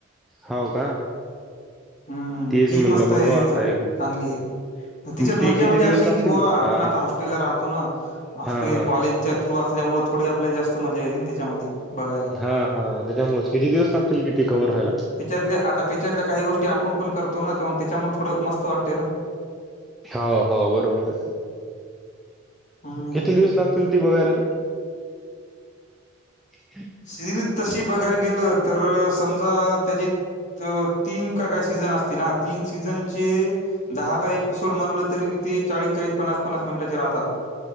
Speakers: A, in the centre; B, on the left (about 35°).
A: होव का.
B: हम्म
A: तेच
B: ती
A: म्हणलं
B: मस्त
A: बघू
B: आहे
A: आता
B: चांगली
A: एखादं
B: आहे मग तिच्यात मज्जा
A: ते किती
B: म्हणजे
A: दिवस
B: अशी
A: लागतील
B: की बोवा आपण
A: आ
B: आता हॉस्टेलला राहतो ना हॉस्टेल
A: हा हा
B: लेक्चर थ्रू असल्यामुळे थोडी आपल्याला जास्त मजा येते ना तिच्यामध्ये बघायला
A: हा हा त्याच्यामुळेच किती दिवस लागतील कि
B: हम
A: ते कव्हर व्हायला
B: त्याच्यातल्या आता त्याच्यातल्या काही गोष्टी आपण पण कर तणाव ताण त्याच्यामुळे थोड मस्त वाटते ना.
A: हा हो बरोबर
B: हम्म
A: किती दिवस लाग चल ती बघायला. <unintelligible>
B: सिरीज तशी बघायला गेलं तर समजा त्याची तो तीन का काय सीझन असतील हा तीन सीझनचे दहा दहा एपिसोड म्हणलं तरी बी ते चाळी चाळीस पन्ना पननास मिनिटांचे राहतात.